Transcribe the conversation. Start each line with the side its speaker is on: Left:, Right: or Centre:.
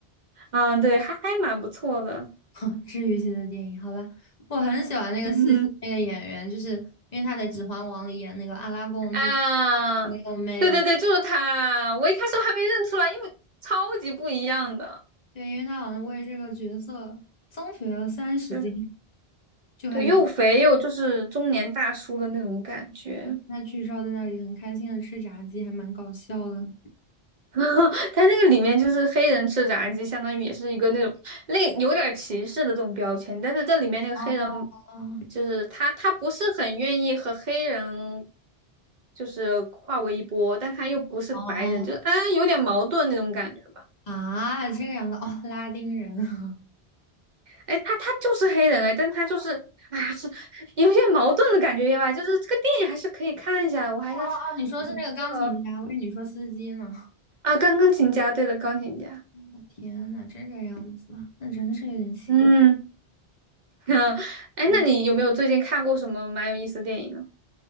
Right: 嗯，对，还还蛮不错的，
Left: <laughs> 治愈系的电影，好吧，我很喜欢那个司机那个演员，
Right: 嗯
Left: 就是因为他在《指环王》里演那个阿拉贡，
Right: 啊，
Left: 就是很有魅力。
Right: 对对对，就是他，我一开始我还没认出来，因为超级不一样的，
Left: 对，因为他好像为这个角色增肥了三十斤，
Right: 就是
Left: 就还蛮
Right: 对，又肥又就是中年大叔的那种感觉。
Left: 他剧照在那里很开心的吃炸鸡，还蛮搞笑的。
Right: <laughs> 嗯，它那个里面就是黑人吃炸鸡，相当于也是一个那种类有点儿歧视的这种标签，但是这里面那个黑人
Left: 啊
Right: 就是他，他不是很愿意和黑人就是化为一波，但他又不是白人，
Left: 哦
Right: 就是啊有点矛盾那种感觉吧。
Left: 啊，这个样子哦，拉丁人啊
Right: 哎，他他就是黑人哎，但他就是啊是有点矛盾的感觉吧，就是这个电影还是可以看一下的我还是
Left: <laughs> 哦哦，你说是那个钢琴家，
Right: 比较
Left: 我以为你说司机呢。
Right: 啊钢钢琴家，对的，钢琴家，
Left: 我天呐，这个样子啊，那真是有点奇怪。
Right: 嗯。嗯，哎，
Left: 嗯
Right: 那你有没有最近看过什么蛮有意思的电影呢？